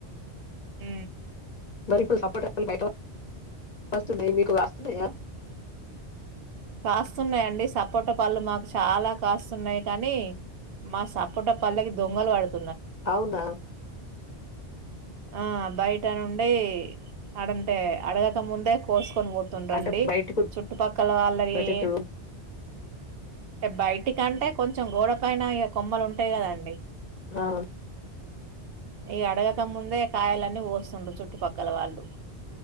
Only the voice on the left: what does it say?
మరి ఇప్పుడు సపోట బయట వస్తున్నాయి మీకు కాస్తున్నాయా
అవునా
అంటే బయటకు
ఉన్న
చెట్టు
ఆ